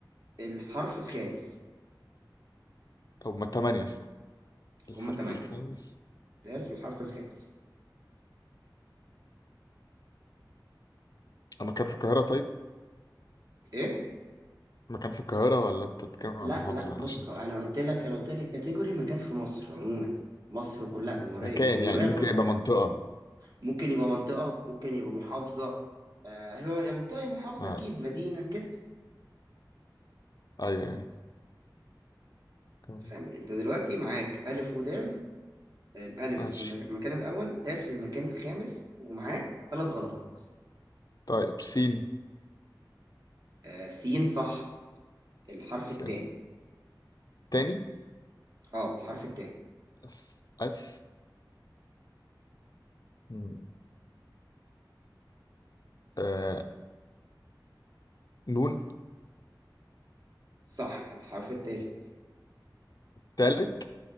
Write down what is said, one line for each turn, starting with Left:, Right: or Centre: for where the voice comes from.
Right: الحرف الخامس
Left: أو ما تمانية صح الحرف
Right: هما تمانية
Left: الخامس
Right: ده في الحرف الخامس
Left: أنا كان في القاهرة طيب
Right: إيه؟
Left: مكان في القاهرة ولا أنت بتتكلم عن
Right: لا
Left: محافظة
Right: لا بص
Left: عشان
Right: انا قلت لك انا قلت لك الكاتيجوري مكان في مصر عموما مصر كلها جمهوريه
Left: مكان
Right: الجمهوريه
Left: يعني ممكن
Right: كلها
Left: يبقى منطقة
Right: ممكن يبقى منطقه ممكن يبقى محافظه آه هو يا منطقه يا محافظه
Left: آه
Right: اكيد مدينه كده
Left: أيوه أيوه
Right: فاهم انت دلوقتي معاك الف ودال الالف
Left: ماشي
Right: في المك- المكان الاول دال في المكان الخامس ومعاك ثلاث غلطات
Left: طيب سين
Right: آه سين صح الحرف
Left: فين
Right: الثاني
Left: تاني
Right: اه الحرف الثاني
Left: اس اس م، آه نون
Right: صح الحرف الثالث
Left: تالت